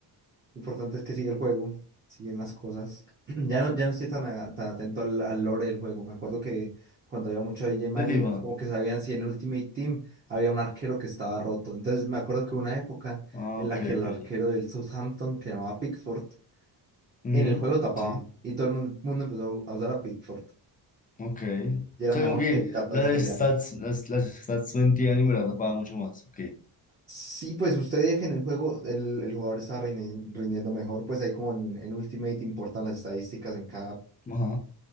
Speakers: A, on the right; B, on the left.
A: Lo importante es que sigue el juego, siguen las cosas. <clears throat> Ya no, ya no estoy tan, a- tan atento al, al lore del juego. Me acuerdo que cuando había mucho DJ Mario,
B: de FIFA.
A: como que sabían si en Ultimate Team había un arquero que estaba roto. Entonces me acuerdo que hubo una época
B: Ah,
A: en
B: ok,
A: la que el
B: ok.
A: arquero del Southampton, que llamaba Pickford,
B: Ujú,
A: en el juego tapaba.
B: sí,
A: Y todo el mundo, mundo empezó a usar a Pickford.
B: ok.
A: Y era
B: O sea,
A: mejor
B: como que
A: que cartas
B: las
A: especiales.
B: stats, las, las stats de en verdad pagan mucho más. Ok.
A: Sí, pues usted veía que en el juego el, el jugador está rini- rindiendo mejor, pues ahí como en, en Ultimate importan las estadísticas en cada
B: Ajá.